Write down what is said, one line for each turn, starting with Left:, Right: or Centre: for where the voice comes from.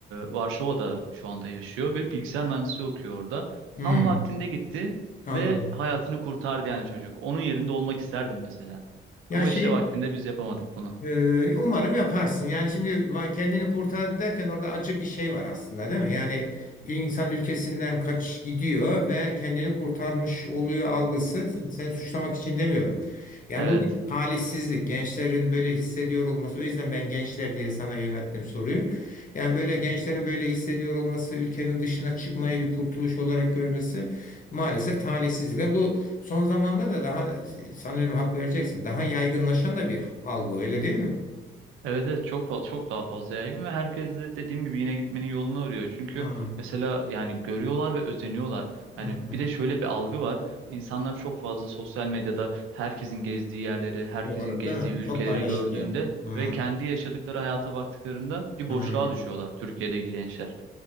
Right: Varşova'da şu anda yaşıyor ve bilgisayar mühendisliği okuyor orada.
Left: Hmm,
Right: Tam vaktinde gitti.
Left: anladım.
Right: Ve hayatını kurtardı yani çocuk. Onun yerinde olmak isterdim mesela.
Left: Yani
Right: Ama
Left: şey
Right: işte vaktinde biz yapamadık bunu.
Left: e, umarım yaparsın. Yani şimdi va- kendini kurtar derken orada acı bir şey var aslında değil mi? Yani insan ülkesinden kaç gidiyor ve kendini kurtarmış oluyor algısı. Sen- Seni suçlamak için demiyorum. Yani
Right: Evet.
Left: bu bir talihsizlik. Gençlerin böyle hissediyor olması. O yüzden ben gençler diye sana yönelttim soruyu. Yani böyle
Right: Evet
Left: gençlerin böyle hissediyor olması, ülkenin dışına çıkmayı bir kurtuluş olarak görmesi maalesef talihsizlik. Ve bu Son zamanlarda daha sanıyorum hak vereceksin. Daha yaygınlaşan da bir algı öyle değil mi?
Right: evet evet, çok fa- çok daha fazla yaygın ve herkes de dediğim gibi yine gitmenin yolunu arıyor. Çünkü
Left: Hı,
Right: mesela yani görüyorlar ve özeniyorlar.
Left: hı.
Right: Yani bir de şöyle bir algı var. İnsanlar çok fazla sosyal medyada herkesin gezdiği yerleri, herkesin
Left: Doğru
Right: gezdiği
Left: değil mi?
Right: ülkeleri
Left: Çok paylaşılıyor.
Right: gördüğünde
Left: Hı,
Right: ve kendi yaşadıkları hayata baktıklarında bir
Left: hı.
Right: boşluğa düşüyorlar Türkiye'deki gençler.